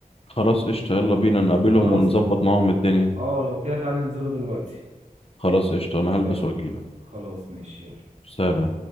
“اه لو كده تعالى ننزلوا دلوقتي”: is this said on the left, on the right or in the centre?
Right